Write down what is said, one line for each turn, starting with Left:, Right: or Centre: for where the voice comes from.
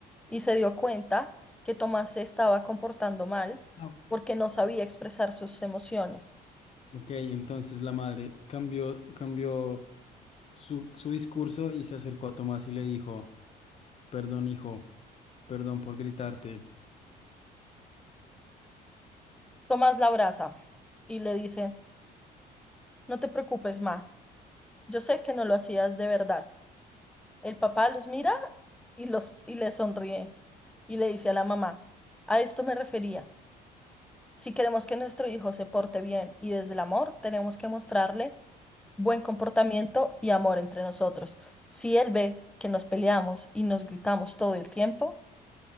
Centre: Y se dio cuenta que Tomás se estaba comportando mal
Left: Ah,
Centre: porque no sabía expresar sus emociones.
Left: Ok, entonces la madre cambió, cambió su, su discurso y se acercó a Tomás y le dijo. Perdón, hijo, perdón por gritarte.
Centre: Tomás la abraza y le dice, no te preocupes, Ma, yo sé que no lo hacías de verdad. El papá los mira y, los, y le sonríe y le dice a la mamá, a esto me refería. Si queremos que nuestro hijo se porte bien y desde el amor, tenemos que mostrarle buen comportamiento y amor entre nosotros. Si él ve que nos peleamos y nos gritamos todo el tiempo,